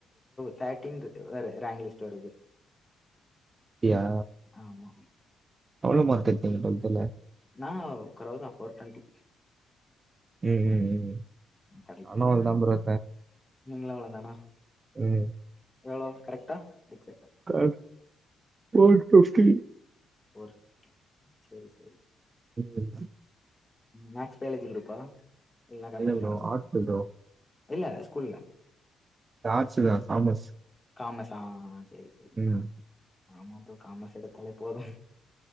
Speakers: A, on the left; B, on the right.
A: தேர்டின்த்து ரேங்க் லிஸ்ட் வருது
B: அப்டியா
A: ஆமா
B: எவ்ளோ மார்க் எடுத்தீங்க டுவல்த்ல
A: நா கொறவுதா ஃபோர்டொன்டி
B: ம் ம் ம்
A: கெடைக்கும்
B: ஆனால் தான் ப்ரோ
A: நீஙகளு அவ்ளோதானா
B: ம்
A: எவ்ளோ கரெக்டா எக்ஸாக்ட்டா
B: கரெக்ட் ஃபோர்டொன்டி
A: ஒர் செரி செரி
B: <unintelligible>
A: மேக்ஸ் பயாலஜி குரூப்பா இல்ல computer
B: bro
A: science
B: arts bro
A: இல்ல ஸ்கூல்ல
B: ஆர்ட்ஸ் தா காமர்ஸ்
A: காமர்ஸா ஆ செர் செரி
B: ம்
A: ஆமா ப்ரோ காமஸ் எடுத்தாலே போது